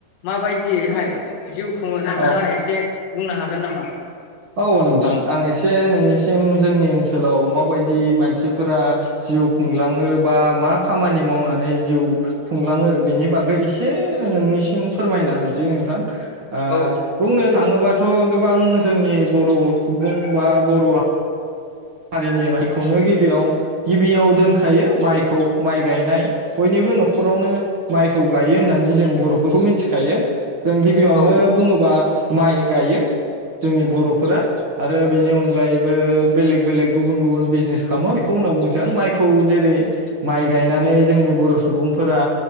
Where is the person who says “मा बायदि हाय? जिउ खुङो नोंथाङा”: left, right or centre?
Left